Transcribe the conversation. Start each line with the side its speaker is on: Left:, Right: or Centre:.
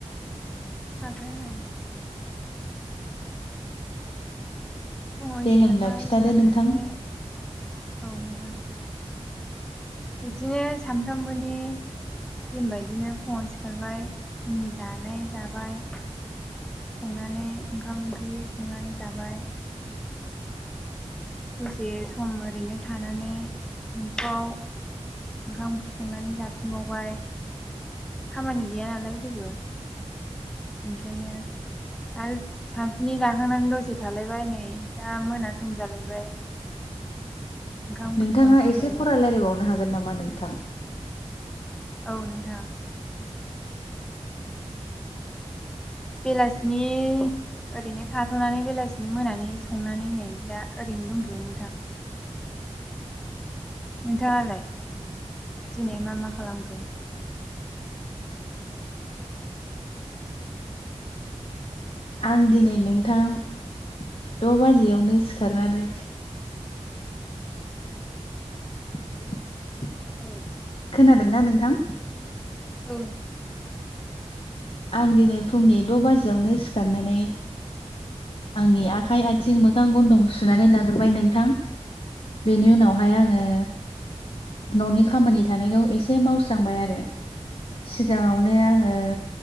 Centre: हागोन औ फुङाव
Left: दे
Centre: सिखारबाय
Left: होनब्ला खिथादो
Centre: सिखारनानै
Left: नोंथां
Centre: औ नोंथां बिब्दिनो सानफ्रामबोनि दिन बदिनो फुङाव सिखारबाय फुंनि जानाय जाबाय संनानै ओंखाम ओंख्रि संनानै जाबाय दसे सम ओरैनो थानानै सानसुआव ओंखाम ओंख्रि संनानै जाफिनबावबाय खामानि गैया नालाय जेबो ओंखायनो आरो सानसुनि जाखांनानै दसे थालायबाय नै दा मोना सम जालायबाय ओंखाम ओंख्रि
Left: नोंथाङा
Centre: संफिनलायबाय
Left: एसे खरा रायज्लायबावनो हागोन नामा नोंथां
Centre: औ नोंथां बेलासिनि ओरैनो थाथ'नानै बेलासिनि मोनानि संनानै नै दा ओरैनो दंथ'योै नोंथां नोंथाङालाय दिनै मा मा खालामखो?
Left: आं दिनै नोंथां द' बाजियावनो सिखारनानै <inaudible>
Centre: औ
Left: खोनादोंना नोंथां
Centre: औ
Left: आं दिनै फुंनि द' बाजियावनो सिखारनानै आंनि आखाइ आथिं मोखां गन्थं सुनानै लाग्रोबाय नोंथां बेनि उनावहाय आङो न'नि खामानि थानायखौ एसे मावस्रांबाय आरो सिगाङावनो आङो